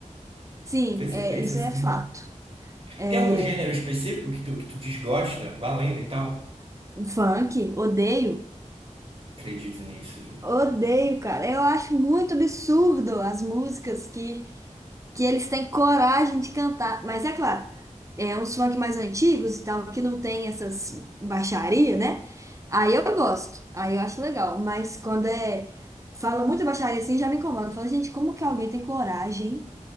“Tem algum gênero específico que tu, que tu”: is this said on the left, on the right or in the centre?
Right